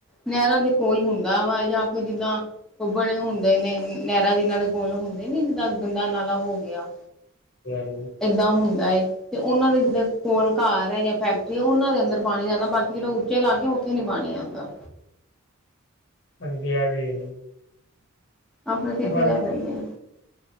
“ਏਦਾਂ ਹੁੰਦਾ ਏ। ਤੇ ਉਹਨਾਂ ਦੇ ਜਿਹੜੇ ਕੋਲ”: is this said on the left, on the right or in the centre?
Centre